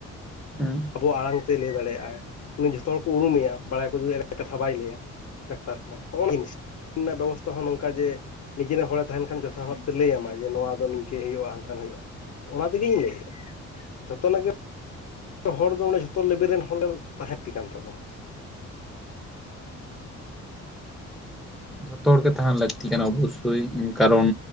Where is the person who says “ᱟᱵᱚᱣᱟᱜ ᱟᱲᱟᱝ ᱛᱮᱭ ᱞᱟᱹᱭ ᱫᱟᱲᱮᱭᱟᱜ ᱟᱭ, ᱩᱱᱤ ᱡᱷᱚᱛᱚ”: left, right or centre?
Left